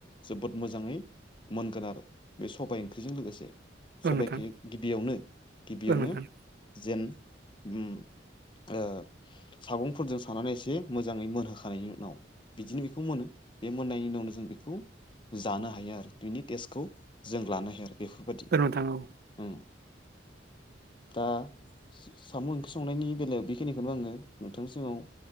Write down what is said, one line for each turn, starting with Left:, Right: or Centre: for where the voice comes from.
Left: जोबोद मोजाङै मोनगोन आरो बे सबाय ओंख्रिजों लोगोसे सबाइखो
Right: औ नोंथां
Left: गिबियावनो गिबियावनो
Right: औ नोंथां
Left: जेन उम ओ सागंफोरजों सानानै एसे मोजाङै मोनहोखांनायनि उनाव बिदिनो बेखौ मोनो बे मोननायनि उनावनो जों बेखौ जानो हायो आरो बिनि टेस्टखौ जों लानो हायो आरो बेफोरबायदि
Right: औ नोंथां औ
Left: औ दा सा-साम' ओंख्रि संनायनि बेलायाव बेखिनिखौनो आंङो नोंथांनि सिगांङाव